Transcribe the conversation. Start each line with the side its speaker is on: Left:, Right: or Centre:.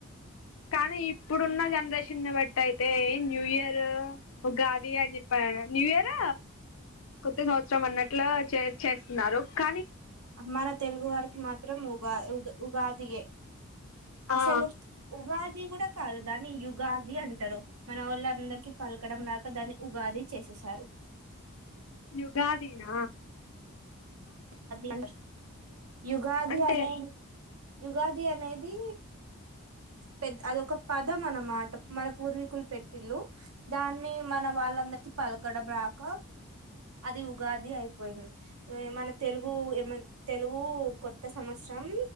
Left: కానీ ఇప్పుడున్న జనరేషన్ బట్టి అయితే న్యూ ఇయర్ ఉగాది అని చెప్పారు న్యూ ఇయర్ కొత్త సంవత్సరం అన్నట్లు చే చేస్తున్నారు క
Right: అ మన తెలుగు వారికి మాత్రం ఉగా ఉగాది ఏ అసలు
Left: ఆ
Right: ఉగాది గూడ కాదు దాని యుగాది అంటారు మన వాళ్ళు అందరికి పలకడం <unintelligible> దాన్ని ఉగాది చేసేసారు
Left: యుగాది న
Right: <unintelligible> యుగాది
Left: అంటే
Right: అనే యుగాది అనేది పె అదొక పద అనమాట మన పూర్వీకులు పెట్టిళ్ళు దాన్ని మ న వాళ్ళందరికి పలకడం రాక అది ఉగాది అయిపోయింది మన తెలుగు ఏమ తెలుగు కొత్త సంవత్సరం